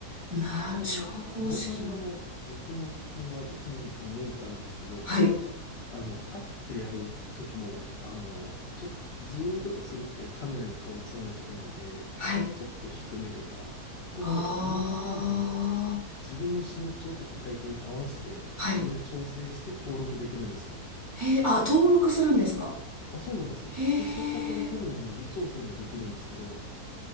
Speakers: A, on the right; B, on the left.
A: な、
B: で、
A: 昇降式の。
B: あの、ボタンがあの、僕の机は1、2、3、4ってあるんですけど、
A: はい、
B: あの、立ってやる時も、あの、ちょっとズームとかするときはカメラに顔映さないといけないんで、
A: はい。
B: ちょっと低めとか、それを何パターンかの
A: ああ、
B: 自分の身長とか体型に合わせて、
A: はい。
B: 自分で調整して登録できるんですよ。
A: へえ、あ、登録するんですか
B: あ、そうなんですよ。
A: へえ。
B: で、そこからさらにあの微調整もできるんですけど、